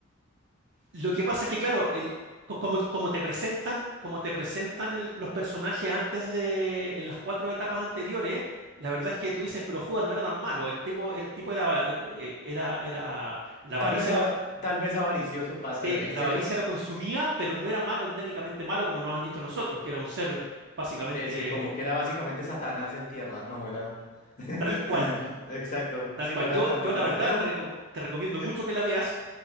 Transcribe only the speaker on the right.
Lo que pasa es que, claro, el, co- como, como te presentan, como te presentan el- los personajes antes de, en las cuatro etapas anteriores, la verdad es que tú dices, pero Judas no era tan malo. El tipo, el tipo era, eh, era, era, la avaricia
lo,
sí,
la avaricia lo consumía, pero no era malo, endémicamente malo, como nos han dicho nosotros, que era un ser básicamente
tal cual,
tal
cual.
Yo,
yo
la verdad
te,
recom- te recomiendo
mucho que la veas.